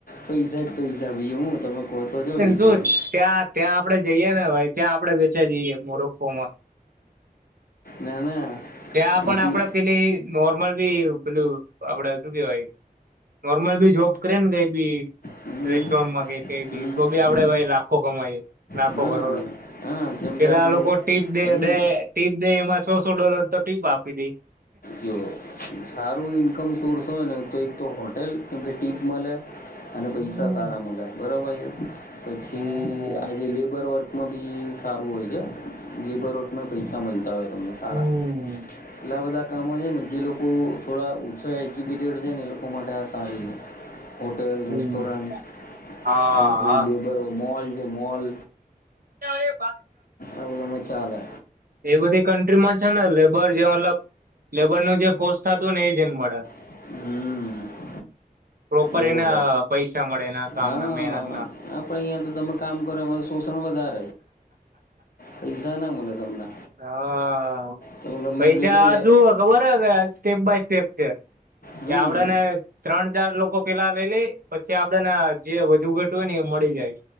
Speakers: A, on the left (about 70°); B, on the right (about 70°).
A: પૈસા જ પૈસા બી તમે કહો તો છો વેચવાનું
B: શું ત્યાં ત્યાં આપડે જઈએ ને ભાઈ ત્યાં આપડે વેચી જઈએ મોરો ફોમ
A: ના ના
B: ત્યા
A: અહીંથી
B: પણ આપણે પેલી નોર્મલ બી પેલું આપડે શું કેવાય નોર્મલ બી જોબ કરે ને કઈ બી
A: હમ
B: રેસ્ટોરન્ટ માં કઈ
A: હમ
B: તો બી આપડે
A: હમ
B: ભાઈ લાખો કમાય લાખો
A: હા
B: કરોડ
A: હા કેમ
B: પેલા
A: કે આપણું
B: લોકો ટીપ
A: હમ
B: દેે ટીપ દે એમાં સો ડોલર તો ટીપ આપી દે
A: જો સારું ઇન્કમ સોર્સ હોય ને તો એક તો હો હટેલ કેમકે ટીપ મલે અને પૈસા
B: હમ
A: સારા મલે બરોબર છે પછી
B: હમ
A: આજે લેબર વર્ક માં બી સારું હોય છે લેબર રટમાં પૈસા મળતા હોય છે તમ ને સારા
B: હમ
A: એટલે વધા ગામ છે ને જે લોકો થોડા ઓછા એજ્યુકેટેડ છે ને એ લોકો માટે આ સારું છે હોટેલ
B: હમ
A: રેસ્ટોરન્ટન્ટ
B: હા
A: આવું બધું
B: હા
A: લેબર મોલ જે મોલ
B: ચા એ
A: આવું તમે ચાલે
B: બધી ફમાં છે ને લેબર જે મતલબ લેબર નું જે પોસ્ટ હતું ને એ જને મળે
A: હમ
B: પ્રોપર
A: બરોબર
B: એના પૈસા મળે એના કામના
A: હા
B: મહેનત ના
A: આપ અહિયાં તો તમે કામ કરો એમાં શોષણ વધારે પૈસા ના મળે તમને
B: હા
A: તમે ગમે
B: પૈસા
A: એટલું એટલે વે
B: તું ખબર હ સ્કીપ બાય સેફ છેે
A: હમ
B: એ આપડે ને ત્રણ ચાર લોકો પેલા લઈ લે પછી આપડે જે વધુ ઘેટું હોય ને એ મળી જાય